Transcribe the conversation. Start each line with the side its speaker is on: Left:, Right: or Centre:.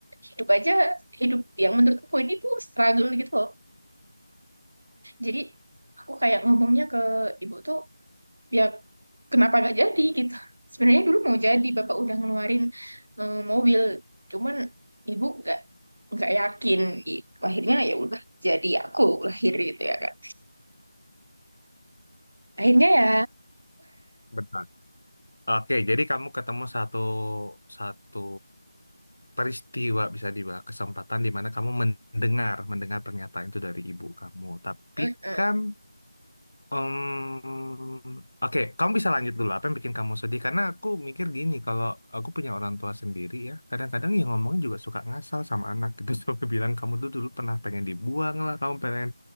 Right: hidup aja hidup yang menurut aku ini tuh struggle gitu loh jadi aku kayak ngomongnya ke ibu tuh ya kenapa nggak jadi gitu sebenarnya dulu mau jadi bapak udah ngeluarin eh, mobil cuman ibu nggak nggak yakin gitu. akhirnya ya udah jadi aku lahir gitu ya kan akhirnya ya
Left: Bentar. Oke, jadi kamu ketemu satu satu peristiwa bisa dibilang kesempatan di mana kamu mendengar mendengar pernyataan itu dari ibu kamu. Tapi
Right: mm-mm,
Left: kan em, oke, kamu bisa lanjut dulu apa yang bikin kamu sedih karena aku mikir gini kalau aku punya orang tua sendiri ya, kadang-kadang yang ngomongnya juga suka ngasal sama anak gitu <laughs> sampai bilang kamu dulu dulu pernah pengen dibuang lah, kamu pengen